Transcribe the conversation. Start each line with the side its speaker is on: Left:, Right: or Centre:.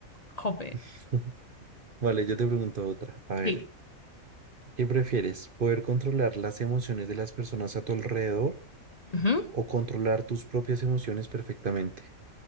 Left: Jope.
Right: <laughs> Vale, yo te pregunto otra. A ver,
Left: Sí.
Right: ¿qué prefieres? ¿Poder controlar las emociones de las personas a tu alrededor
Left: Ujú.
Right: o controlar tus propias emociones perfectamente?